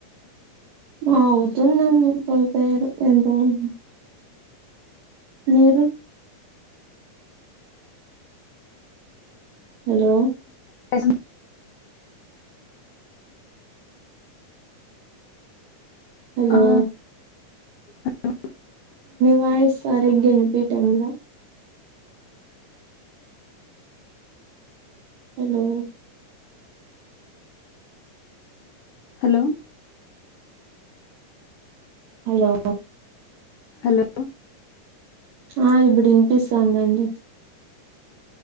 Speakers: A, on the right; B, on the left.
A: ఆ ఆవుతున్న ప్రిపేర్ <unintelligible> మీరు హలో
B: ఎస్
A: హలో
B: ఆ అలో
A: వాయిస్ సరిగ్గా వినిపియ్యటంలే హలో
B: హలో
A: హలో
B: హలో
A: ఆ ఇప్పుడు వినిపిస్తాందండి